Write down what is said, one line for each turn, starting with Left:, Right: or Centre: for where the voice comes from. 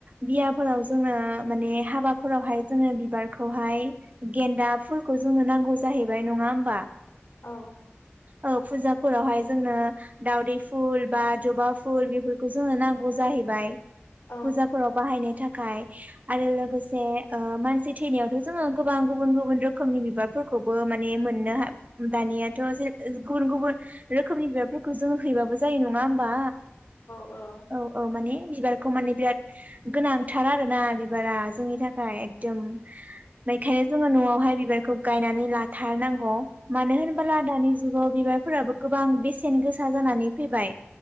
Right: बियाफोराव जोङो माने हाबाफोरावहाय जोङो बिबारखौहाय गेन्दा फुलखौ। जोंनो नांगौ जाहैबाय नङा होमबा।
Left: औ।
Right: ओ फुजाफोरावहाय जोंनो दावदै फुल बा जबा फुल बेफोरखौ जोंनो नांगौ। जाहैबाय
Left: औ
Right: फुजाफोराव बाहायनो थाखाय आरो लोगोसे। ओ मानसि थैनायावथ' जोङो गोबां गुबुन - गुबुन रोखोमनि बिबारफोरखौबो माने मोननो दानि। निथ' ज गुबुन - गुबुन रोखोमनि बिबारफोरखौ जोङो हैबाबो जायो नङा होमबा।
Left: औ-औ।
Right: औ औ माने बिबारखौ माने बिराद गोनांथार आरो ना बिबारा जोंनि थाखाय एकदम। बेखायनो जोङो न'आवहाय बिबारखौ गायनानै लाथारनांगौ। मानो होनबोला दानि जुगाव बिबारफोराबो गोबां बेसेन गोसा जानानै फैबाय।